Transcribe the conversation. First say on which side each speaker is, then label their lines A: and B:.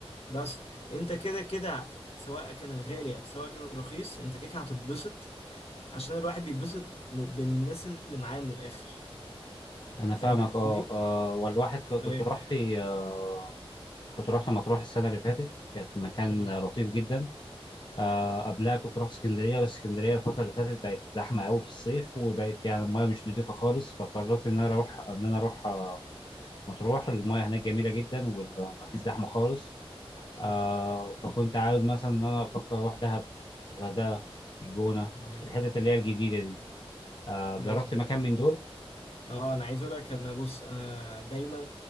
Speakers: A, on the left; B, on the left.
A: بس انت كده كده سواء كان الغالي سواء كان الرخيص انت كده كده هتتبسط عشان الواحد بيتبسط م- بالناس اللي معاه من الاخر
B: أنا
A: فاهمني
B: فاهمك أه آه، والواحد ك- كنت
A: ايوه
B: رحت آه، كنت رحت مطروح السنة اللي فاتت كانت مكان
A: مم.
B: لطيف جدا آه قبلها كنت رحت اسكندريه بس اسكندريه الفتره اللي فاتت بقت زحمه قوي في الصيف وبقت يعني
A: كده
B: المايه مش نضيفه خالص فقررت ان انا اروح ان انا اروح آه مطروح المايه هناك جميله جدا ومفيش زحمه خالص
A: صح
B: آه فكنت عاوز مثلا ان انا افكر اروح دهب الغردقه الجونه
A: ده لازم
B: الحتت اللي هي الجديده دي آه
A: لازم
B: جربت مكان من دول
A: اه انا عايز اقول لك انا بص انا دايما